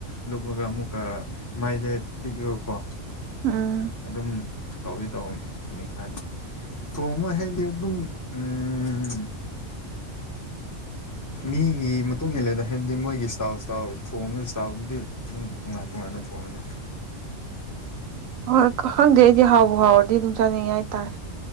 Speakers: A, on the left; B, on the right.
A: ꯂꯨꯞꯂꯒ ꯑꯃꯨꯛꯀ ꯃꯩꯗ ꯇꯤꯛꯔꯀꯣ
B: ꯎꯝ
A: ꯑꯗꯨꯝ ꯇꯧꯗꯤ ꯇꯧꯕꯅꯤ ꯃꯤ ꯈꯔꯗꯤ ꯊꯣꯡꯕ ꯍꯥꯏꯗꯤ ꯑꯗꯨꯝ ꯎꯝ ꯃꯤꯒꯤ ꯃꯇꯨꯡ ꯏꯜꯂꯦꯗ ꯍꯥꯏꯕꯗꯤ ꯃꯣꯏꯒꯤ ꯏꯁꯇꯥꯥꯏꯜ ꯏꯁꯇꯥꯥꯏꯜ ꯊꯣꯡꯕ ꯏꯁꯇꯥꯥꯏꯜꯗꯨꯗꯤ ꯑꯗꯨꯝ ꯇꯣꯉꯥꯟ ꯇꯣꯉꯥꯟ ꯐꯅ ꯊꯣꯡꯉꯦꯅꯦ
B: <inaudible> ꯍꯣꯏ ꯈꯪꯗꯦ ꯑꯩꯗꯤ ꯍꯥꯎꯕꯨ ꯍꯥꯎꯔꯗꯤ ꯑꯗꯨꯝ ꯆꯥꯅꯤꯡꯉꯦ ꯍꯥꯏꯇꯥꯔꯦ